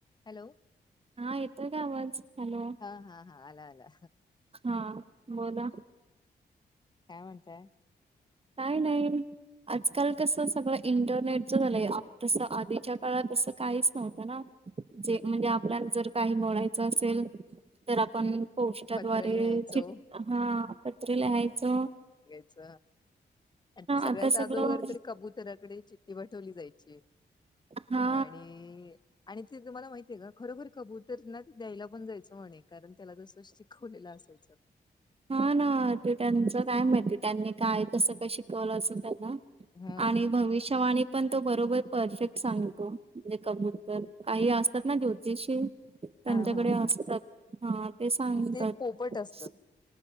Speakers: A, on the left; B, on the right.
A: Hello.
B: हा येतोय का आवाज हॅलो?
A: हा हा हा आला आला.
B: हा बोला...
A: काय म्हणता.
B: काय नाहीय.. आजकाल कसं सगळं इंटरनेटच झालंय तसं आधीच्या काळात असं काहीच नव्हतं ना... जे म्हणजे आपल्याला जर काही बोलायचं असेल तर आपण. पौष्टाद्वारे
A: पत्र लिहायचो
B: च हा पत्र लिहायचं..
A: अस आणि सगळ्यात
B: आता सगळं
A: अदोघर तरी कबुतराकडे चिट्ठी ती वाठवली जायची
B: हा
A: आणि आणि त तुम्हाला माहितीय का खरोखर. कबूतर ना त द्यायला पण जायचं म्हणे कारण त्याला.. तसं शिकवलेलं असायचं
B: हा ना ते त्यांचं काय माहिती त्यांनी काय कसं काय शिकवलं असे. त्यांना.
A: ह
B: आणि भविष्यवाणी.. पण तो बरोबर परफेक्ट सांगतो म्हणजे कबूतर काही असतात. ना ज्योतिषी. त्यांच्याकडे
A: हा हा हा
B: असतात हा ते सांगतात....
A: ते पोपट असतात